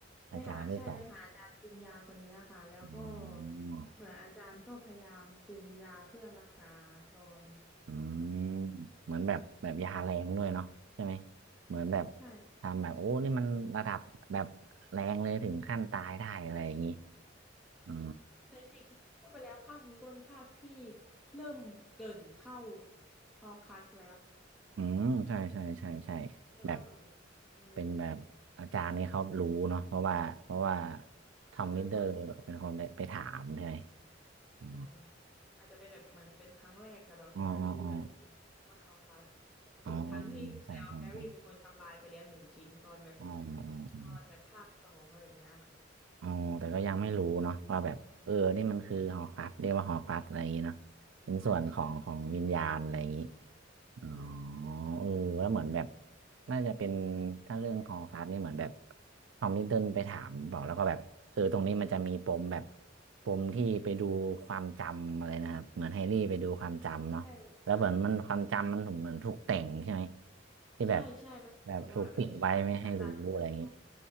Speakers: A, in the centre; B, on the right (about 80°).
A: ไปหาใช่ไปหาอาจารย์ปรุงยาคนนี้ค่ะแล้วก็
B: อาจารย์ที่สอน อ๋อ
A: เหมือนอาจารย์ก็พยายามปรุงยาเพื่อรักษารอน
B: อืมเหมือนแบบแบบยาแรงด้วยเนาะใช่ไหมเหมือนแบบ
A: ใช่
B: ทำแบบโอ้นี่มันระดับแบบแรงเลยถึงขั้นตายได้อะไรอย่างงี้อ๋อ
A: ค่ะแต่จริงๆพูดไปแล้วภาคนี้ก็เป็นภาคที่เริ่มเกริ่นเข้าฮอร์ครัสแล้ว
B: อืมใช่ใช่ใช่ใช่
A: แปลว่าแบบ
B: แบบ
A: เออ
B: เป็นแบบอาจารย์นี่เขารู้เนาะเพราะว่าเพราะว่าทอมลิดเดอร์เป็นคนไปไปถามใช่ไหม
A: เขาเป็นคนอืมใช่ใช่ใช่ค่ะ
B: อ๋อ
A: อาจจะเป็นแบบเหมันเป็นครั้งแรกสำหรับแฮร์รี่ด้วยที่ได้ยินว่าฮอร์ครัส
B: อ๋ออ๋ออ๋อ
A: ถึงทั้งที่จริงๆแล้วแฮร์รี่เป็นคนทำลายไปแล้วหนึ่งชิ้นตอนแบบ
B: อ๋อใช่ใช่ใช่อ๋ออ๋ออ๋อ
A: ตอนแบบภาคสองอะไรแบบเนี้ยค่ะ
B: อ๋อแต่ก็ยังไม่รู้เนาะว่าแบบเออนี่มันคือหอพักเรียกว่าหอพักอะไรอย่างงี้เนาะเป็นส่วนของของวิญญาณอะไรอย่างงี้
A: ใช่ใช่
B: อ๋อ
A: ค่ะ
B: เออแล้วเหมือนแบบน่าจะเป็นถ้าเรื่องขอพักนี่เหมือนแบบทอมลิดเดิลไปถามบอกแล้วก็แบบเออตรงนี้มันจะมีปมแบบปมที่ไปดูความจำอะไรนะครับเหมือนแฮร์รี่ไปดูความจำเนาะแล้วเหมือนมันความจำมันเหมือนถูกแต่งใช่ไหม
A: ใช่จำ
B: ที่แบบ
A: ใช่ใช่มันเหมือนกับว่าเออใช่อาจารย์มันเอา
B: แบบถูกปิดไว้ไม่ให้รู้อะไรอย่างงี้